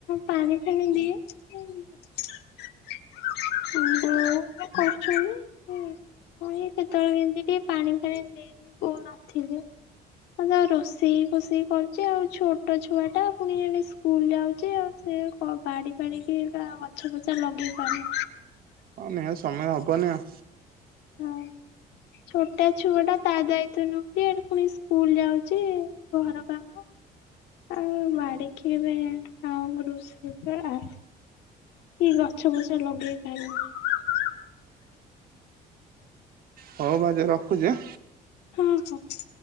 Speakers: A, on the left; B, on the right.
A: ପାଣି ଫାଣି ଦିଏ। ବଉ କରୁଚନ୍ତି। ପୁଣି କେତେବେଳେ କେମତି ଟିକେ ପାଣି ଫାଣି ଦେଇଦିଏ ବୋଉ ନଥିଲେ। ମୁଁ ତ ରୋଷେଇ ଫୋଷେଇ କରୁଚି ଆଉ ଛୋଟ ଛୁଆ ଟା ପୁଣି ସ୍କୁଲ ଯାଉଚି ଆଉ ସେ ବାଡି ଫାଡିିକି ଏଟା ଗଛ ଫଛ ଲଗେଇ ପାରୁନି।
B: ହଁ ନିହାତି ସମୟ ହବନି ଆଉ
A: ହଁ। ଛୋଟିଆ ଛୁଆ ଟା ତା ଦାୟିତ୍ୱ ନଉଚି, ଏଠି ପୁଣି ସ୍କୁଲ ଯାଉଚି ଘର କାମ ଆଉ ବାଡ଼ିିକିବ ଆଉ ରୁଷେଇ ତ ଆସେ। କି ଗଛ ପଛ ଲଗେଇ ପାରିବ।
B: ହଉ ଭାଉଜ ରଖୁଚି।
A: ହଁ ହ।